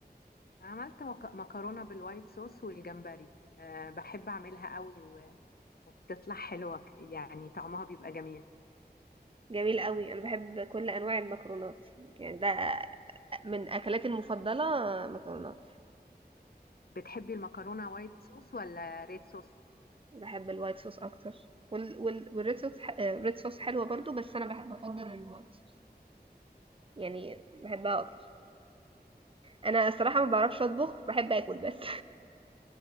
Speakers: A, on the left (about 65°); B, on the right (about 30°).
A: عملت مك- مكرونة بالوايت صوص والجمبري آه بحب اعملها قوي و- وبتطلع حلوة ك- يعني طعمها بيبقى جميل
B: جميل قوي انا بحب كل انواع المكرونات يعني ده من اكلاتي المفضلة مكرونات
A: بتحبي المكرونة وايت صوص ولا ريد صوص
B: بحب الوايت صوص اكتر وال... وال... والريد صوص ح... آه، الريد صوص حلوة برضو بس انا بحب بفضل الوايت صوص يعني بحبها اكتر انا الصراحة ما بعرفش اطبخ بحب اكل بس